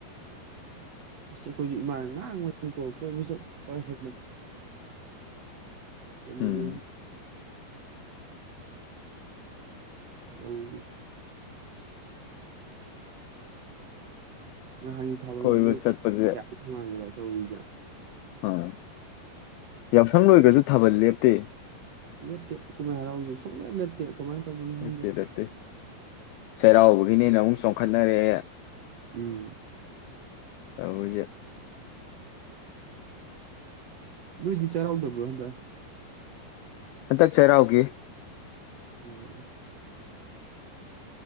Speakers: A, on the right (about 80°); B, on the left (about 90°).
A: ꯑꯁ ꯑꯩꯈꯣꯏꯁꯨ ꯏꯃꯥꯟꯅ ꯉꯥꯡꯕꯗꯀꯣ ꯀꯣꯏꯕ ꯆꯠ ꯄ ꯍꯦꯟꯃꯟ ꯍꯦꯟꯃꯟꯂꯦꯖꯤ
B: ꯎꯝ
A: ꯇꯧꯖꯤ ꯉꯥꯍꯟꯒꯤ ꯊꯥꯕꯟꯗꯨꯖꯨ
B: ꯀꯣꯏꯕ ꯆꯠꯄꯁꯦ
A: ꯀ꯭ꯌꯥꯝꯗꯤ ꯅꯨꯉꯥꯏꯒꯔꯦ ꯇꯧꯔꯤꯖꯦ
B: ꯑꯥ ꯌꯥꯎꯁꯪ ꯂꯣꯒ꯭ꯔꯖꯨ ꯊꯥꯕꯜ ꯂꯦꯞꯇꯦ
A: ꯂꯦꯞꯇꯦ ꯀꯨꯝꯍꯩ ꯍꯔꯥꯎꯖꯦ ꯁꯨꯡꯂꯦꯞ ꯂꯦꯞꯇꯦ ꯀꯃꯥꯏꯅ ꯇꯧꯕꯅꯣ ꯈꯪꯗꯦ
B: ꯅꯥꯇꯦ ꯅꯥꯇꯦ ꯆꯩꯔꯥꯑꯣꯕꯒꯤꯅꯦꯅꯥ ꯑꯃꯨꯛ ꯆꯣꯡꯈꯠꯅꯔꯑꯦ
A: ꯎꯝ
B: ꯇꯧꯔꯤꯁꯦ
A: ꯅꯣꯏꯗꯤ ꯆꯩꯔꯥꯎꯗꯕ꯭ꯔꯣ ꯍꯟꯗꯛ
B: ꯍꯟꯇꯛ ꯆꯩꯔꯥꯎꯒꯤ
A: ꯑꯣ